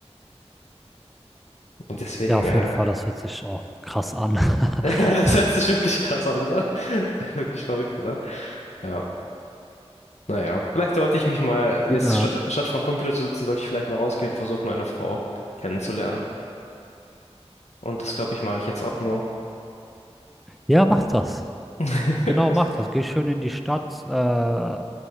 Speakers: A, on the left; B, in the centre.
A: Und deswegen,
B: Ja, auf
A: äh,
B: jeden Fall, das hört sich auch krass an.
A: <laughs> das
B: <laughs>
A: hört sich wirklich krass an, oder? <laughs> Wirklich verrückt, oder? Ja, naja. Vielleicht sollte ich mich mal, jetzt
B: Ja.
A: statt, statt vorm Computer zu sitzen, sollte ich vielleicht mal rausgehen und versuchen, eine Frau kennenzulernen. Und das, glaube ich, mache ich jetzt auch mal.
B: Ja, macht das.
A: <laughs>
B: Genau, mach das. Geh schön in die Stadt. Äh,